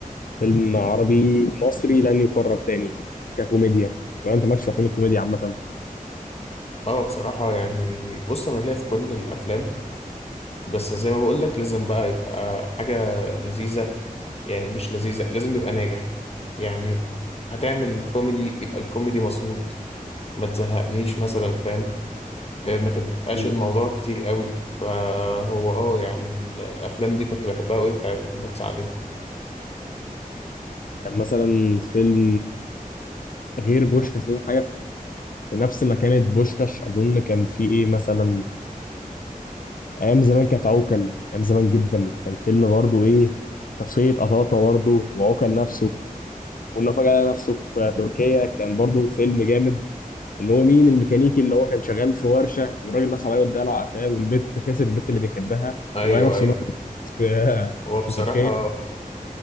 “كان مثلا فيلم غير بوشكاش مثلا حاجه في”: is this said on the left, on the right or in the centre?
Left